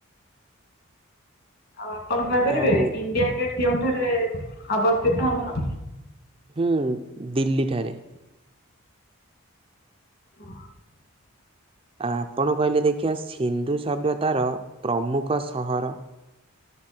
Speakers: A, on the left; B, on the right.
A: ଆଉ ଆପଣ କହିପାରିବେ
B: ଆଉ
A: ଇଣ୍ଡିଆ ଗେଟ୍ କେଉଁଠାରେ ଅବସ୍ଥିତ ଆମର?
B: ହୁଁ ଦିଲ୍ଲୀ ଠାରେ।
A: ଅହ
B: ଆପଣ କହିଲେ ଦେଖିବା ସିନ୍ଧୁ ସଭ୍ୟତାର ପ୍ରମୁଖ ସହର